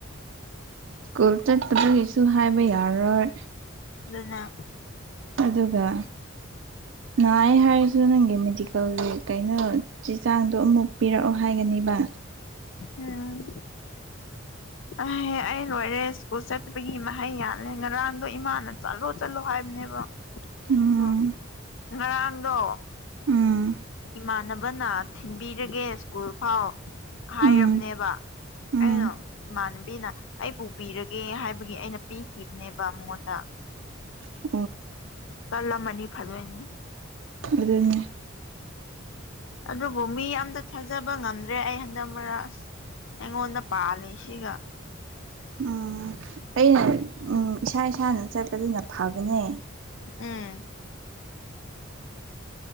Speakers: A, on the right; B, on the left.
A: ꯁ꯭ꯀꯨꯜ ꯆꯠꯇꯥꯕꯒꯤꯁꯨ ꯍꯥꯏꯕ ꯌꯥꯔꯣꯏ
B: ꯗꯨꯅꯦ
A: ꯑꯗꯨꯒ ꯅꯥꯏ ꯍꯥꯏꯔꯁꯨ ꯅꯪꯒꯤ ꯃꯦꯗꯤꯀꯦꯜꯒꯤ ꯀꯩꯅꯣ ꯆꯦ ꯆꯥꯡꯗꯣ ꯑꯃꯨꯛ ꯄꯤꯔꯛꯑꯣ ꯍꯥꯏꯒꯅꯤꯕꯥ
B: ꯎꯝ ꯑꯍꯦ ꯑꯩ ꯂꯣꯏꯔꯦ ꯁ꯭ꯀꯨꯜ ꯆꯠꯇꯥꯕꯒꯤ ꯃꯍꯩ ꯌꯥꯜꯂꯦ ꯉꯔꯥꯡꯗꯣ ꯏꯃꯥꯅ ꯆꯠꯂꯣ ꯆꯠꯂꯣ ꯍꯥꯏꯕꯅꯦꯕ
A: ꯎꯝ
B: ꯑꯩꯗꯣ ꯉꯔꯥꯡꯗꯣ
A: ꯎꯝ
B: ꯏꯃꯥꯟꯅꯕꯅꯥ ꯊꯤꯟꯕꯤꯔꯒꯦ ꯁ꯭ꯀꯨꯜ ꯐꯥꯎ ꯍꯥꯏꯔꯥꯕꯥꯅꯦꯕ
A: ꯎꯝ ꯎꯝ
B: ꯑꯩꯅ ꯏꯃꯥꯟꯅꯕꯤꯅ ꯑꯩ ꯄꯨꯕꯤꯔꯒꯦ ꯍꯥꯏꯕꯒꯤ ꯑꯩꯅ ꯄꯤꯈꯤꯕꯅꯦꯕ ꯃꯉꯣꯟꯗ
A: <inaudible>
B: ꯇꯜꯂꯝꯃꯥꯗꯤ ꯐꯗꯣꯏꯅꯦ
A: ꯑꯗꯨꯅꯦ
B: ꯑꯗꯨꯕꯨ ꯃꯤ ꯑꯃꯇꯥ ꯊꯥꯖꯕ ꯉꯝꯗ꯭ꯔꯦ ꯑꯩ ꯍꯟꯗꯛ ꯃꯔꯛ ꯑꯁ ꯑꯩꯉꯣꯟꯗꯥ ꯄꯥꯜꯂꯤꯁꯤꯒ
A: ꯎꯝ ꯑꯩꯅ ꯎꯝ ꯏꯁꯥ ꯏꯁꯥꯅ ꯆꯠꯄꯗꯨꯅ ꯐꯕꯅꯦ
B: ꯎꯝ